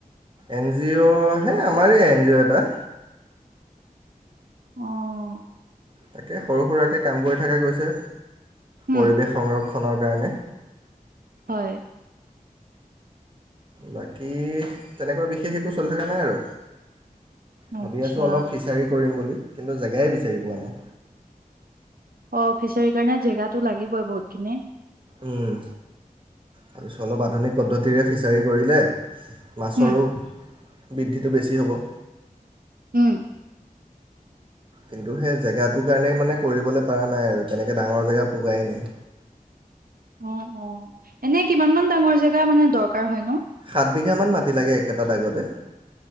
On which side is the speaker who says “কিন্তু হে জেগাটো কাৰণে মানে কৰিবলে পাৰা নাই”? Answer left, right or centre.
Right